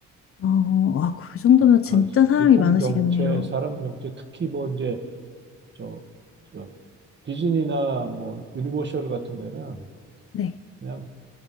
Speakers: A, on the left; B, on the right.
A: 어, 아, 그 정도면
B: 각
A: 진짜
B: 갈-
A: 사람이
B: 교통
A: 많으시겠네요.
B: 정체, 사람 정체, 특히 뭐 이제 저, 저 디즈니나 뭐 유니버셜 같은 데는
A: 네.
B: 그냥